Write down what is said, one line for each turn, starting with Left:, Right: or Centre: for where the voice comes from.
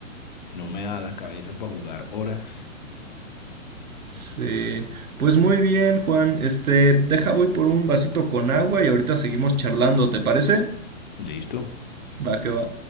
Left: no me da la cabeza para jugar horas.
Right: Sí. Pues muy bien, Juan. Este, deja voy por un vasito con agua y ahorita seguimos charlando, ¿te parece?
Left: ¿Listo?
Right: Va que va.